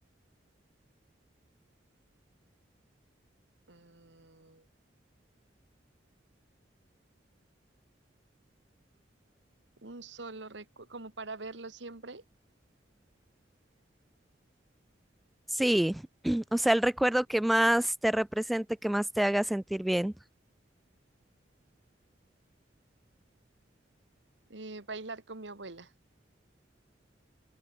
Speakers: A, on the right (about 75°); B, in the centre.
A: Mm, un solo recuerdo, como para verlo siempre,
B: Sí, <clears throat> o sea, el recuerdo que más te represente, que más te haga sentir bien.
A: eh, bailar con mi abuela.